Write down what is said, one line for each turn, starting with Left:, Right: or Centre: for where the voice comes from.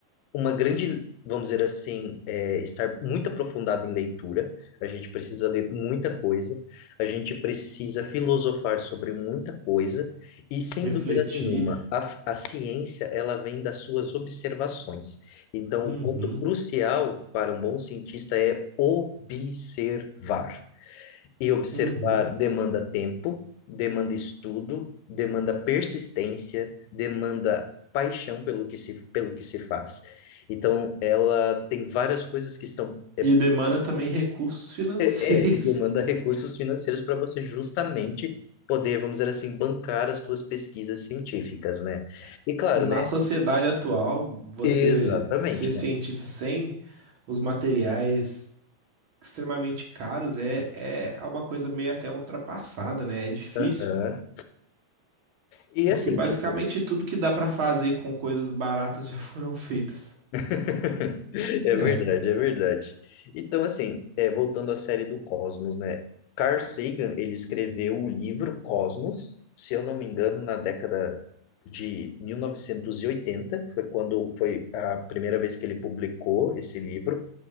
Left: uma grande, vamos dizer assim, é, estar muito aprofundado em leitura. A gente precisa ler muita coisa, a gente precisa filosofar sobre muita coisa, e sem
Right: Refletir.
Left: dúvida nenhuma, a, f- a ciência ela vem das suas observações. Então,
Right: Uhum,
Left: o ponto crucial para um bom cientista é observar. E observar
Right: uhum.
Left: demanda tempo, demanda estudo, demanda persistência, demanda paixão pelo que se, pelo que se faz. Então, ela tem várias coisas que estão. É,
Right: E demanda também recursos financeiros.
Left: é, e demanda recursos financeiros para você justamente poder, vamos dizer assim, bancar as suas pesquisas científicas, né?
Right: <laughs>
Left: E claro,
Right: Na
Left: né?
Right: sociedade atual, você
Left: Exatamente,
Right: ser cientista
Left: né?
Right: sem os materiais extremamente caros é, é é uma coisa meio até ultrapassada, né? É difícil.
Left: Aham. E
Right: Porque
Left: assim,
Right: basicamente
Left: tipo,
Right: tudo que dá pra fazer com coisas baratas <laughs> já foram feitas.
Left: <laughs> É
Right: É.
Left: verdade, é verdade. Então, assim, é, voltando à série do Cosmos, né? Carl Sagan, ele escreveu o livro Cosmos, se eu não me engano, na década de 1980 foi quando foi a primeira vez que ele publicou esse livro.